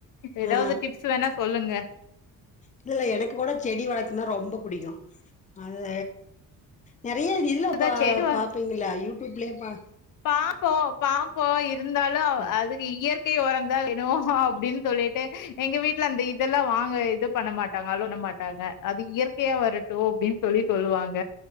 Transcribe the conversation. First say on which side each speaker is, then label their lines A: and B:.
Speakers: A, on the left (about 65°); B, on the left (about 20°).
A: ஏதாவது
B: ஆ
A: டிப்ஸ் வேணா சொல்லுங்க
B: இல்ல இல்ல எனக்கு கூட செடி வளக்குறதுனா ரொம்ப புடிக்கு அது நெறைய இதுல
A: ஏதா
B: பாப்
A: செடி வ
B: பாப்பீங்களா யூட் வீட்குள்ளயேபா
A: பாப்போ பாப்போ இருந்தாலு
B: ம்
A: அதுக்கு இயற்கை ஒரந்தா வே னு அப்டின் சொல்லிட்டு எங்க வீட்ல அந்த இதெல்லா வாங்க இது பண்ண மாட்டாங்க அளோவ் பண்ண மாட்டாங்க அது இயற்கையா வரட்டு அப்டின் சொல்லி சொல்லுவாங்க